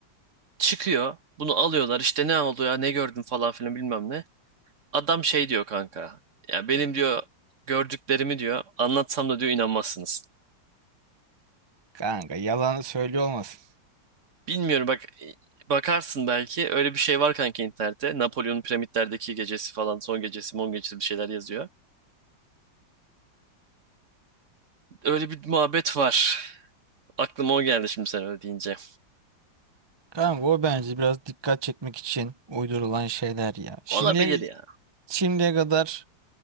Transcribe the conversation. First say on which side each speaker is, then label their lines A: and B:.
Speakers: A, on the right; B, on the right.
A: Çıkıyor. Bunu alıyorlar işte ne oldu ya ne gördün falan filan bilmem ne. Adam şey diyor kanka. Ya benim diyor gördüklerimi diyor anlatsam da diyor inanmazsınız.
B: Kanka yalanı söylüyor olmasın.
A: Bilmiyorum bak bakarsın belki öyle bir şey var kanka internette. Napolyon'un piramitlerdeki gecesi falan son gecesi mon gecesi bir şeyler yazıyor. Öyle bir muhabbet var. Aklıma o geldi şimdi sen öyle deyince.
B: Kanka o bence biraz dikkat çekmek için uydurulan şeyler ya. Şimdiye,
A: Olabilir ya.
B: şimdiye kadar